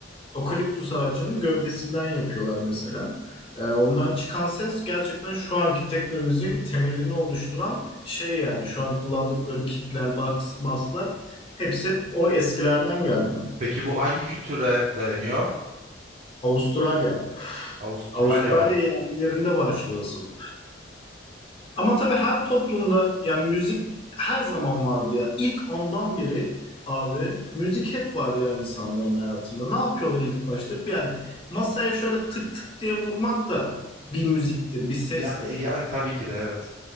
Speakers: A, on the left (about 30°); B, on the right (about 40°).
A: okaliptus ağacının gövdesinden yapıyorlar mesela. Ee, ondan çıkan ses gerçekten şu anki teknomüziğin temelini oluşturan şey yani. Şu an kullandıkları kickler, box, basslar hepsi hep o eskilerden gelme.
B: Peki bu hangi kültüre dayanıyor?
A: Avustralya.
B: Avustralya
A: Avustralya
B: o.
A: yerlilerinde başlıyor asıl. Ama tabii her toplumda yani müzik her zaman vardı ya. İlk andan beri abi müzik hep var ya insanların hayatında. Ne yapıyorlar ilk başta? Yani masaya şöyle tık tık diye vurmak da bir müziktir, bir sestir.
B: Ya e, yani tabii ki de evet.